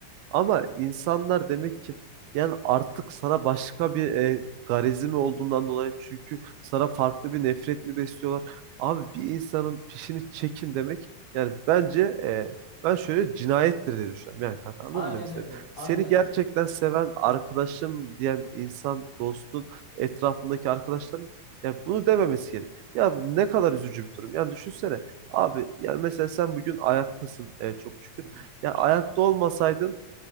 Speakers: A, on the right; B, on the left.
A: Ama insanlar demek ki yani artık sana başka bir e, garezi mi olduğundan dolayı çünkü sana farklı bir nefret mi besliyorlar? Abi bir insanın fişini çekin demek yani bence e, ben şöyle cinayettir diye düşünüyorum. Yani kanka anladın
B: Aynen
A: mı demek istedim?
B: öyle.
A: Seni
B: Aynen
A: gerçekten
B: öyle.
A: seven arkadaşım diyen insan dostun etrafındaki arkadaşların yani bunu dememesi gerek. Ya bu ne kadar üzücü bir durum. Yani düşünsene abi yani mesela sen bugün ayaktasın e, çok şükür.
B: Hı hı.
A: Ya ayakta olmasaydın